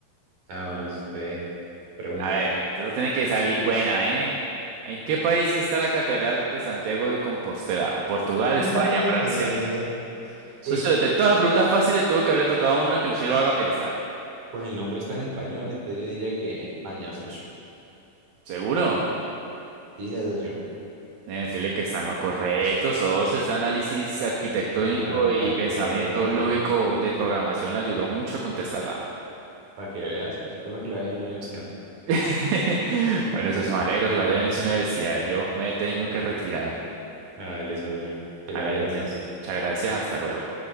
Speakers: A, on the right (about 50°); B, on the right (about 65°).
A: Ah, bueno, entonces pregunte.
B: A ver, esta tiene que salir buena, ¿eh? ¿En qué país está la Catedral de Santiago de Compostela? ¿Portugal, España,
A: No,
B: Francia?
A: joder.
B: Soso,
A: pues
B: de todas las preguntas fáciles tuvo que haberle tocado una que sí lo haga pensar.
A: Pues el nombre está en español, entonces yo diría que España, socio.
B: ¿Seguro?
A: Dice socio.
B: Deben decirle que están lo correcto, Soso. Ese análisis arquitectónico
A: Ah,
B: y
A: para
B: pensamiento
A: que vea, socio.
B: lógico de programación le ayudó mucho a contestarla.
A: Para que vea, socio. Uno que le vaya en la universidad. <laughs>
B: <laughs> Bueno, Soso, me alegro que lo haya en su universidad. Yo me tengo que retirar.
A: Ah, dale, socio.
B: Hágale,
A: Que le vaya bien.
B: Sosito. Muchas gracias. Hasta luego.